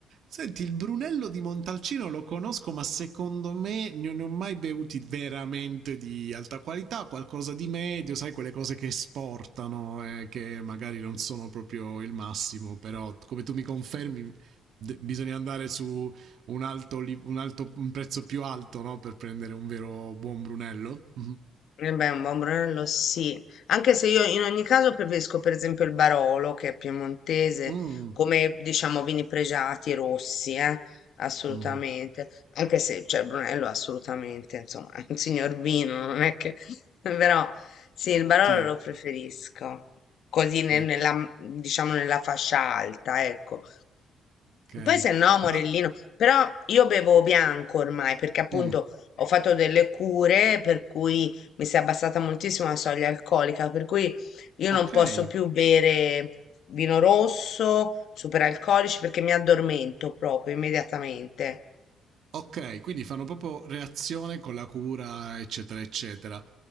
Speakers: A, on the right; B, on the left.
A: Senti, il Brunello di Montalcino lo conosco, ma secondo me non ne ho mai bevuti veramente di alta qualità, qualcosa di medio, sai, quelle cose che esportano, eh, che magari non sono proprio il massimo, però come tu mi confermi, de- bisogna andare su un, alto, li- un alto- un prezzo più alto, no, per prendere un vero buon Brunello. Mhm.
B: Eh beh, un buon Brunello sì, anche se io in ogni caso preferisco per esempio il Barolo, che è piemontese,
A: Mh,
B: come diciamo vini pregiati rossi, eh, assolutamente,
A: mh.
B: anche se cioè, il Brunello è assolutamente, insomma, è un signor vino, non è che... <laughs> però sì, il Barolo
A: <laughs> Sì,
B: lo preferisco, così
A: sì,
B: ne- nella, diciamo nella fascia alta, ecco.
A: okay.
B: Poi se no, Morellino,
A: Ma
B: però io bevo bianco ormai, perché appunto
A: mh,
B: ho fatto delle cure, per cui mi si è abbassata moltissimo la soglia alcolica, per cui io
A: okay.
B: non posso più bere vino rosso, superalcolici, perché mi addormento proprio immediatamente.
A: Ok, quindi fanno proprio reazione con la cura, eccetera, eccetera.